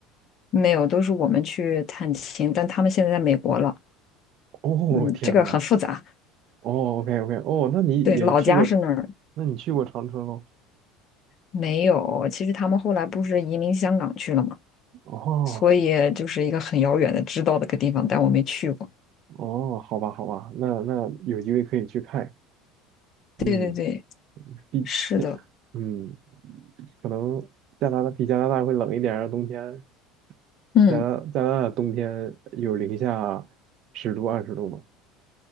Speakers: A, on the left; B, on the right.
A: 没有，都是我们去探亲，但他们现在在美国了。
B: 哦，
A: 嗯，
B: 天呐，
A: 这个很复杂。
B: 哦，OK OK，哦，那你也去过，
A: 对，老家是那儿，
B: 那你去过长春喽？
A: 没有。其实他们后来不是移民香港去了嘛，
B: 哦
A: 所以就是一个很遥远的知道的个地方，但我没去过。
B: 哦，好吧好吧，那那有机会可以去看一看。嗯，
A: 对对对，
B: 比
A: 是的，
B: 嗯，可能加拿大比加拿大会冷一点儿，冬天
A: 嗯，
B: 加拿加拿大冬天有零下十度、二十度吗？